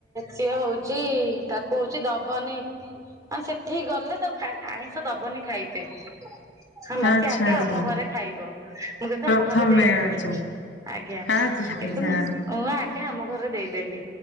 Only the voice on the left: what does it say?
ଆଚ୍ଛା
ଆଚ୍ଛା।
ପ୍ରଥମେ
ଆଚ୍ଛା
ଆଚ୍ଛା ଆଚ୍ଛା